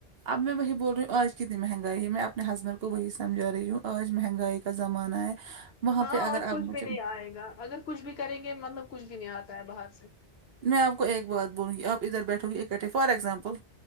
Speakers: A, on the right; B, on the left.
A: اب میں وہی بول رہی ہوں آج کتنی مہنگائی ہے میں اپنے ہسبینڈ کو وہی سمجھ رہی ہوں آج مہنگائی کا زمانہ ہے وہاں
B: ہاں
A: پہ اگر
B: آج
A: آپ
B: کچھ
A: مجھے
B: بھی نہیں آئے گا اگر کچھ بھی کریں گے مطلب کچھ بھی نہیں آتا ہے باہر سے
A: میں آپ کو ایک بات بولوں گی آپ ادھر بیٹھو گی اکٹھے فار ایگزامپل